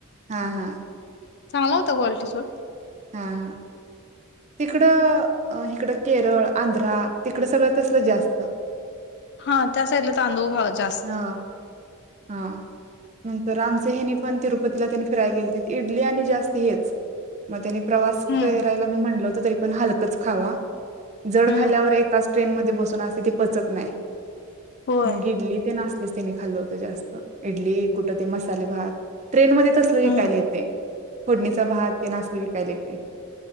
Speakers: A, on the right (about 30°); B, on the left (about 50°).
A: हा हा
B: चांगला होता गोल ते सोड,
A: हा हा. तिकडं, हिकडं केरळ, आंध्रा तिकडं सगळं तसल जास्त.
B: हा त्या साइडला तांदूळ भाव जास्
A: हा हा नंतर आमचे हेनी पण तिरु पतीला त्यानी फिराय गेलते त इडली आणि जास्त हेच. म त्यानी प्रवास
B: हम्म
A: करायला मी म्हणल हो तरी पण हलकच खावा, जड
B: हम्म
A: खाल्ल्यावर एकाच ट्रेन मधे बसून अस ते पचत नाही.
B: होय
A: मग इडली ते नास तेनी खालो. जास्त इडली, कुठ ते मसाले भात. ट्रेन मध्ये तसलं विकायला
B: हम्म.
A: येतेय. फोडणीचा भात ते न आस्ल विकायला येतय.